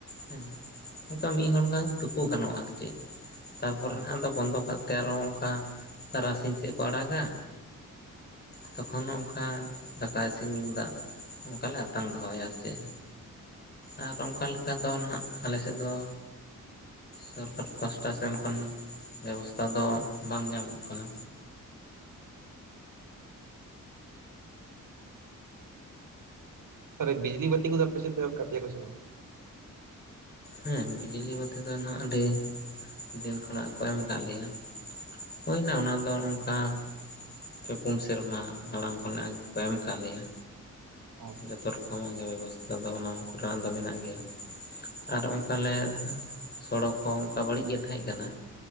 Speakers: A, on the left (about 30°); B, on the right (about 80°).
A: ᱦᱮᱸ ᱚᱱᱠᱟ ᱢᱤᱫ ᱦᱚᱲ ᱜᱟᱱ ᱛᱩᱯᱩ ᱜᱟᱱᱚᱜ-ᱟ ᱟᱨ ᱪᱮᱫ᱾ ᱛᱟᱨᱯᱚᱨᱮ
B: ᱦᱚᱸ
A: ᱦᱟᱸᱜ ᱵᱚᱱᱫᱚ ᱠᱟᱜ ᱛᱮ ᱟᱨᱚ ᱚᱱᱠᱟ ᱛᱟᱨᱟᱥᱤᱧ ᱥᱮᱫ ᱠᱚ ᱟᱲᱟᱜ-ᱟ᱾ ᱛᱚᱠᱷᱚᱱ ᱦᱚᱸ ᱚᱱᱠᱟ ᱫᱟᱠᱟ ᱤᱥᱤᱱ ᱧᱩ ᱫᱟᱜ ᱚᱱᱠᱟ ᱞᱮ ᱟᱛᱟᱝ ᱫᱚᱦᱚᱭᱟ ᱟᱨ ᱪᱮᱫ ᱟᱨ ᱚᱱᱠᱟ ᱞᱮᱠᱟ ᱫᱚ ᱱᱟᱦᱟᱜ ᱟᱞᱮ ᱥᱮᱫ ᱫᱚ ᱥᱚᱨᱠᱟᱨ ᱯᱟᱥᱴᱟ ᱥᱮᱱ ᱠᱷᱚᱱ ᱵᱮᱵᱚᱥᱛᱷᱟ ᱫᱚ ᱵᱟᱝ ᱧᱟᱢᱚᱜ ᱠᱟᱱᱟ᱾
B: ᱥᱮ ᱨᱮ ᱵᱤᱡᱽᱞᱤ ᱵᱟᱹᱛᱤ ᱠᱚᱫᱚ ᱟᱯᱮ ᱥᱮᱫ ᱫᱚ ᱮᱢ ᱠᱟᱹᱜ ᱯᱮᱭᱟ ᱠᱚ ᱥᱮ ᱵᱟᱝ?
A: ᱦᱮᱸ ᱵᱤᱡᱽᱞᱤ ᱵᱟᱹᱛᱤ ᱫᱚ ᱱᱟᱜ ᱟᱹᱰᱤ ᱫᱤᱱ ᱠᱷᱚᱱᱟᱜ ᱠᱚ ᱮᱢ ᱠᱟᱜ ᱞᱮᱭᱟ᱾ ᱦᱳᱭ ᱱᱟ ᱚᱱᱟ ᱫᱚ ᱚᱱᱠᱟ ᱯᱮ ᱯᱩᱱ ᱥᱮᱨᱢᱟ ᱢᱟᱲᱟᱝ ᱠᱷᱚᱱᱟᱜ ᱜᱮ ᱠᱚ ᱮᱢ ᱠᱟᱜ ᱞᱮᱭᱟ᱾
B: ᱚ
A: ᱡᱚᱛᱚ ᱨᱚᱠᱚᱢ ᱟᱜ ᱜᱮ ᱵᱮᱵᱚᱥᱛᱷᱟ ᱫᱚ ᱚᱱᱟ ᱠᱚ ᱨᱮᱱᱟᱜ ᱫᱚ ᱢᱮᱱᱟᱜ ᱜᱮᱭᱟ᱾ ᱟᱨ ᱚᱱᱠᱟ ᱞᱮ ᱥᱚᱲᱚᱠ ᱦᱚᱸ ᱚᱱᱠᱟ ᱵᱟᱹᱲᱤᱡ ᱜᱮ ᱛᱟᱦᱮᱸᱜ ᱠᱟᱱᱟ᱾